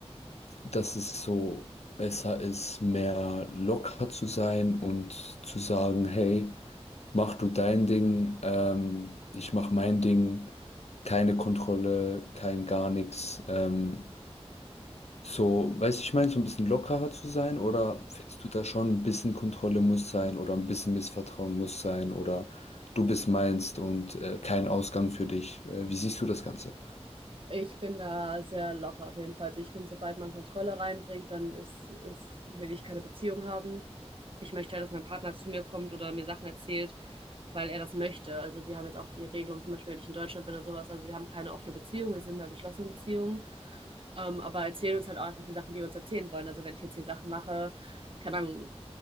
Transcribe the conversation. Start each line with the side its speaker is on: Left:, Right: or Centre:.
Left: dass es so besser ist, mehr locker zu sein und zu sagen, hey, mach du dein Ding, ähm, ich mach mein Ding, keine Kontrolle, kein gar nichts. Ähm, so, weißt du, ich meine, so ein bisschen lockerer zu sein oder findest du da schon ein bisschen Kontrolle muss sein oder ein bisschen Missvertrauen muss sein oder du bist meinst und äh, kein Ausgang für dich? Äh, wie siehst du das Ganze?
Right: Ich bin da sehr locker auf jeden Fall. Also ich finde, sobald man Kontrolle reinbringt, dann ist, ist, will ich keine Beziehung haben. Ich möchte halt, dass mein Partner zu mir kommt oder mir Sachen erzählt, weil er das möchte. Also wir haben jetzt auch die Regelung, zum Beispiel, wenn ich in Deutschland bin oder sowas, also wir haben keine offene Beziehung, wir sind da geschlossene geschlossenen Beziehung. Ähm, aber erzählen uns halt auch einfach die Sachen, die wir uns erzählen wollen. Also wenn ich jetzt hier Sachen mache, keine Ahnung,